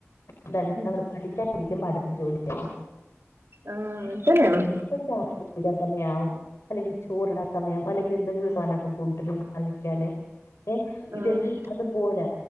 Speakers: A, on the left (about 75°); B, on the right (about 60°).
A: എന്താണ്
B: ഉം
A: നമ്മള് പഠിക്കാൻ ഇരികുമ്പൊ അടുത്ത ജോലി ആയി
B: ആഹ് അങ്ങൻതന്നെയാണ്
A: ഏഹ് ഏഹ് അപ്പചായ കുടിക്കാൻ സമയാവും അല്ലെങ്കി ചോറിട സമയം അല്ലെങ്കിൽ എന്തെങ്കിലും സാധനപ്പ കൊണ്ടരും കഴിക്കാന് ഏഹ്
B: ആഹ്
A: ഇതെൽ അതുപോലെ